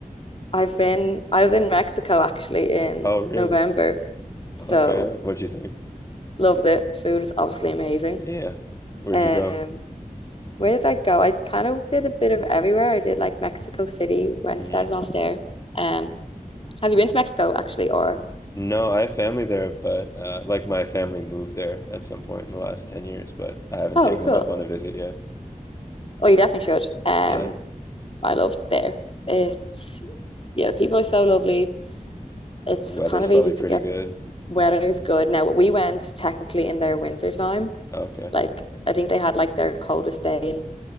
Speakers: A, on the left; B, on the left.
A: I've been, I was in Mexico actually in
B: Oh, really?
A: November. So
B: Okay. What'd you think?
A: Loved it. Food is obviously amazing.
B: Yeah. Where'd
A: Um,
B: you go?
A: where did I go? I kind of did a bit of everywhere. I did like Mexico City, went
B: hmm
A: started off there. Um, have you been to Mexico actually, or
B: No, I have family there, but uh, like my family moved there at some point in the last 10 years, but I haven't
A: oh,
B: taken
A: cool.
B: them up on a visit yet.
A: Oh, you definitely should. Um,
B: Yeah.
A: I loved there. It's yeah, the people are so lovely. It's
B: Weather's
A: kind of
B: probably
A: easy to
B: pretty
A: get.
B: good.
A: Weather is good. Now, we went technically in their winter time.
B: Okay.
A: Like I think they had like their coldest day in